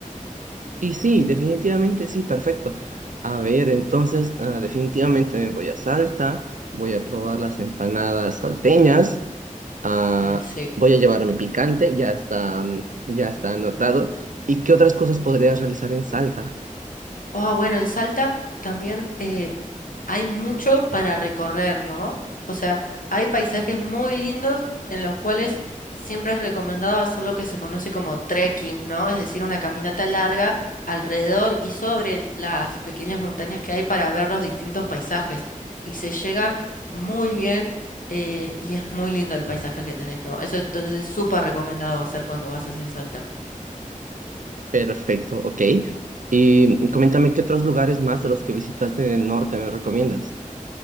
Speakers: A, on the right; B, on the left.
A: Y sí, definitivamente sí, perfecto. A ver, entonces, ah, definitivamente me voy a Salta, voy a probar las empanadas salteñas. Ah,
B: Mm, Sí.
A: voy a llevar mi picante, ya está, mm, ya está anotado. ¿Y qué otras cosas podrías realizar en Salta?
B: Ah, bueno, en Salta también eh, hay mucho para recorrer, ¿no? O sea, hay paisajes muy lindos en los cuales siempre es recomendado hacer lo que se conoce como trekking, ¿no? Es decir, una caminata larga alrededor y sobre las pequeñas montañas que hay para ver los distintos paisajes. Y se llega muy bien eh, y es muy lindo el paisaje que tenés, ¿no? Eso entonces es súper recomendado hacer cuando vas hacia Salta.
A: Perfecto, ok. Y mm, coméntame qué otros lugares más de los que visitaste en el norte me recomiendas.